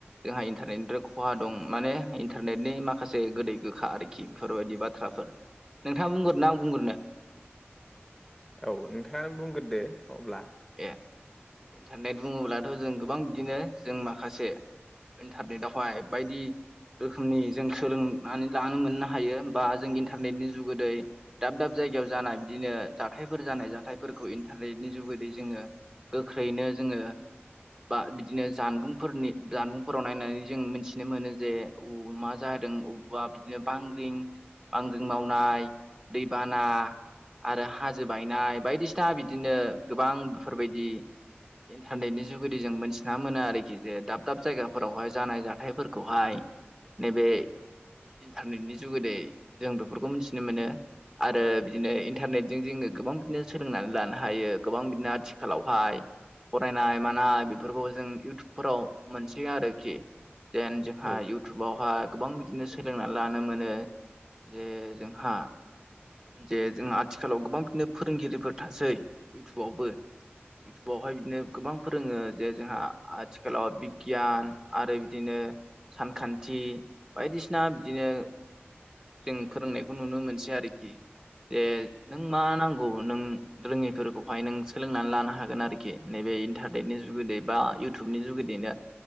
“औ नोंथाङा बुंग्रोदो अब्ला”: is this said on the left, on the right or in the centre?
Centre